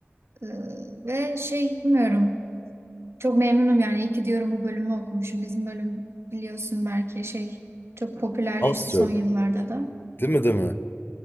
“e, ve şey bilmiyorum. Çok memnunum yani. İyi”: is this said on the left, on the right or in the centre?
Right